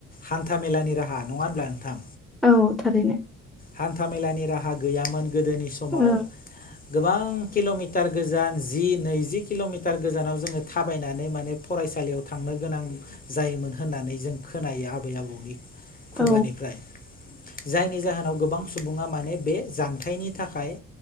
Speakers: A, on the left; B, in the centre.
A: हान्था मेलानि राहा नङा होनब्ला नोंथां?
B: औ थारैनो।
A: हान्थामेलानि राहा गैयामोन गोदोनि समाव
B: औ
A: गोबां किल'मिटार गोजान जि नैजि किल'मिटार गोजानाव जोङो थाबायनानै माने फरायसालियाव थांनो गोनां जायोमोन होननानै जों खोनायो आबै आबौनि खुगानिफ्राय
B: औ
A: जायनि जाहोनाव गोबां सुबुङा माने बे जानथायनि थाखाय